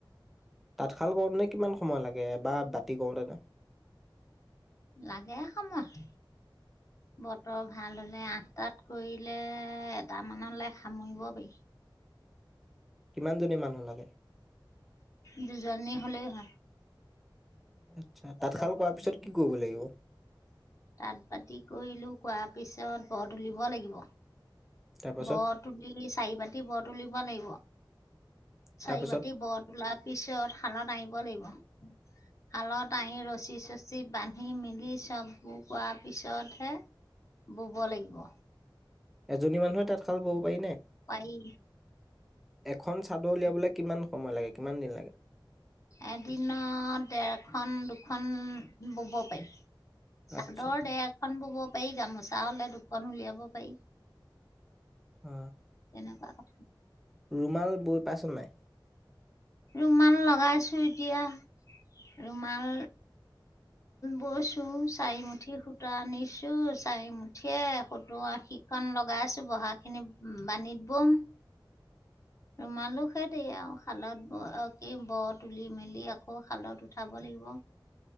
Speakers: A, in the centre; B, on the left.
A: তাঁতশাল কৰোতেনো কিমান সময় লাগে? বা, তিগৰ দাদা,
B: লাগে সময়, বতৰ ভাল হলে ', -আঠটাত কৰিলে- এটা মানলৈ সামৰিব পাৰি।
A: কিমানজনী মানুহ লাগে?
B: দুজনী, হলেই হয়।
A: আচ্ছা
B: তাঁত-পাতি
A: তাঁতশাল কৰাৰ পিছত কি কৰিব লাগিব?
B: কৰিলো কোৱাৰ পিছত, তাত বৰ তুলিব লাগিব।
A: তাৰপাছত
B: বৰ তুলি, চাৰি বাতি, বৰ তুলিব লাগিব। চাৰি
A: তাৰপিছত
B: বাতি, বৰ তোলা পিছত শালত আহিব। <unintelligible> তাঁই ৰচী- চচি বান্ধি মেলি, চববোৰ কৰোৱাৰ পিছতহে বোব লাগিব।
A: এজনী মানুহে তাঁতশাল বব পাৰি নে?
B: পাৰি
A: এখন চাদৰ উলিয়াবলৈ কিমান সময়, -ময় লাগে, কিমান দিন লাগে?
B: এদিনত ডেৰখন -দুখন বুব পাৰি। চাদৰ
A: আচ্ছা
B: দেৰখন বোব পাৰি। পাৰি, গামোচা হ'লে দুখন উলিয়াব পাৰি।
A: আঃ
B: <unintelligible>
A: ৰুমাল বৈ পাইছ, নাই?
B: ৰুমাল লগাইছো এতিয়া, ৰুমাল বৈছো চাৰিমুঠি সূতা আনিছো চাৰিমুঠিয়ে সত্ত্বৰ -আশিখন লগাই আছো বহা খিনি বানীত বম। ৰুমালো সেই দেই আৰু শালত ব, কি বৰ তুলি মেলি আকৌ শালত উঠাব লাগিব।